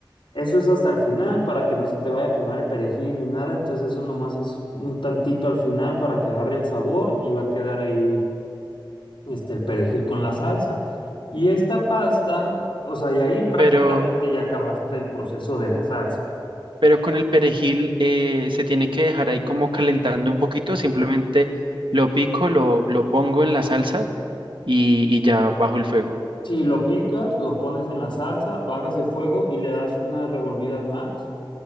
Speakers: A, on the left; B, on the right.
A: eso es hasta el final para que no se te vaya a quemar el perejil ni nada, entonces eso nomás es un tantito al final para que agarre el sabor y va a quedar ahí, este, el perejil con la salsa. Y esta pasta, o sea, y ahí prácticamente
B: Pero
A: ya acabaste el proceso de la salsa.
B: pero con el perejil eh, se tiene que dejar ahí como calentando un poquito, simplemente lo pico, lo, lo pongo en la salsa y, y ya bajo el fuego.
A: Si lo picas, lo pones en la salsa, bajas el fuego y le das unas revolvidas más